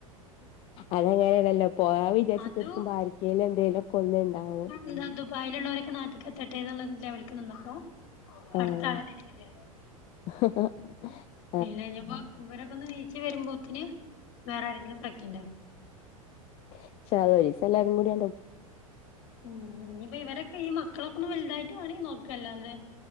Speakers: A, on the left (about 30°); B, on the left (about 50°).
A: അതങ്ങനെയണല്ലോ പോകാം വിചാര്ച്ച്ത്തർക്കുമ്പം
B: അതു
A: ആര്ക്കേലും എന്തേലും ഒക്കെ ഒന്ന്ണ്ടാവും
B: ന്താ ദുബായ്ലുള്ളോരൊക്കെ നാട്ട്ക്കെത്തെട്ടെ ന്ന്ള്ളെ ലെവൽക്ക് നിന്നപ്പോ
A: ആഹ്
B: അട്ത്തെ ആളെ ഡെലിവറ്യായ്
A: <inaudible>
B: പിന്നെ ഞ്ഞ്പ്പോ ഇവരൊക്കെ ഒന്ന് നീച്ച് വരുമ്പോത്തിന് വേറെ ആരെങ്കിലും പ്രഗ്നൻ്റാവും
A: ഇൻഷാല്ലാഹ് ഒരീസം എല്ലാരും കൂടി അട്
B: ഉം ഇനിയിപ്പോ ഇവരൊക്കെ ഈ മക്കളൊക്കെ ഒന്ന് വലുതായിട്ടും വാണേ ഒന്ന് നോക്കല്ലാതെ